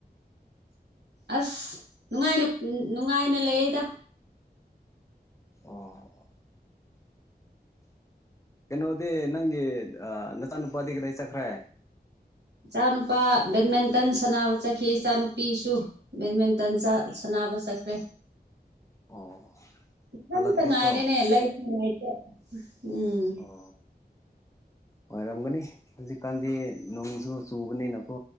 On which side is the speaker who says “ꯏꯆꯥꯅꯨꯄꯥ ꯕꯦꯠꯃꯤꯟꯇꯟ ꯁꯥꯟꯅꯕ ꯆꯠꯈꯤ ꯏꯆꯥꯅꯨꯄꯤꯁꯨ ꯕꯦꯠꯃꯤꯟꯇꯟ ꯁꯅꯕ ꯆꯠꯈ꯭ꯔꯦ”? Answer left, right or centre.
Right